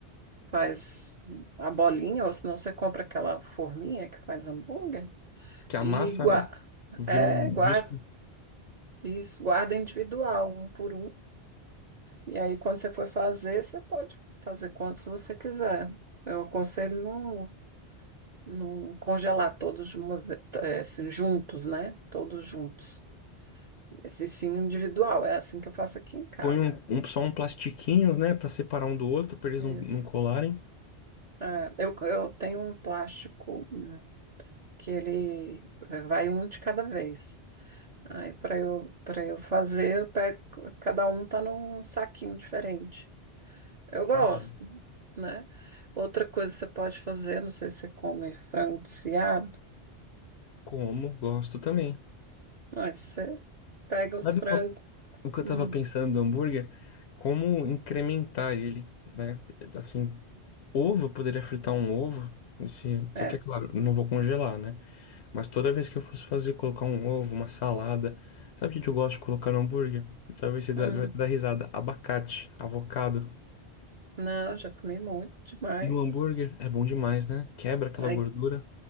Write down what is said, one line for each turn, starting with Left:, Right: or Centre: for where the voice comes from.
Right: faz a bolinha, ou senão você compra aquela forminha que faz hambúrguer
Left: Que a
Right: e
Left: massa,
Right: guarda,
Left: né? Vira
Right: é,
Left: um
Right: guarda,
Left: disco,
Right: isso, guarda individual, um por um. E aí, quando você for fazer, você pode fazer quantos você quiser. Eu aconselho não, não congelar todos de uma vez, assim, juntos, né? Todos juntos. Esse sim individual, é assim que eu faço aqui em casa.
Left: põe um, um- só um plastiquinho, né, Pra separar um do outro, pra eles não, não
Right: Isso.
Left: colarem.
Right: É, eu, eu tenho um plástico hum, que ele é, vai um de cada vez. Aí para eu para eu fazer, eu pego, cada um tá num saquinho diferente. Eu gosto,
Left: Entendi.
Right: né? Outra coisa que você pode fazer, não sei se você come frango desfiado,
Left: Como, gosto também.
Right: mas você pega os
Left: Sabe
Right: frangos,
Left: uma- o que eu
Right: hum,
Left: tava pensando do hambúrguer? Como incrementar ele, né? Assim, ovo, eu poderia fritar um ovo, esse- só
Right: é,
Left: que é claro, eu não vou congelar, né? Mas toda vez que eu fosse fazer, colocar um ovo, uma salada. Sabe o que que eu gosto de colocar no hambúrguer? Talvez você dá-
Right: hum,
Left: vai dar risada. Abacate, avocado.
Right: não, já comi muito demais.
Left: No hambúrguer é bom demais, né? Quebra aquela
Right: Aí
Left: gordura.